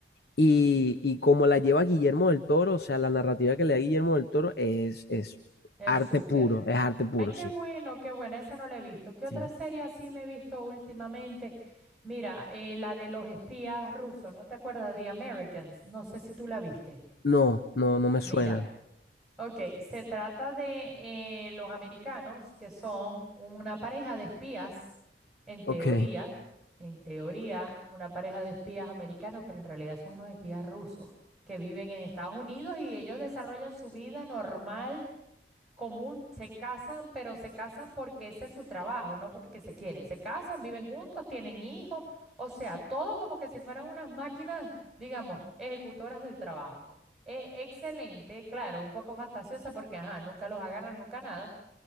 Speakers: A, on the left; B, in the centre.
A: Y, y como la lleva Guillermo del Toro, o sea, la narrativa que le da Guillermo del Toro es, es
B: Es
A: arte
B: súper.
A: puro. Es arte puro,
B: Ay, qué
A: sí.
B: bueno, qué buena. Esa no la he visto. ¿Qué
A: Sí.
B: otra serie así me he visto últimamente? Mira, eh, la de los espías rusos. ¿No te acuerdas? The Americans. No sé si tú la viste.
A: No, no, no me suena.
B: Mira. Ok, se trata de eh, los americanos que son una pareja de espías, en teoría,
A: Ok.
B: en teoría, una pareja de espías americanos, pero en realidad son unos espías rusos que viven en Estados Unidos y ellos desarrollan su vida normal común, se casan, pero se casan porque ese es su trabajo, no porque se quieren. Se casan, viven juntos, tienen hijos, o sea, todo como que si fueran unas máquinas, digamos, ejecutoras del trabajo. Eh, excelente, claro, un poco fantasiosa porque, ajá, nunca los agarran, nunca nada.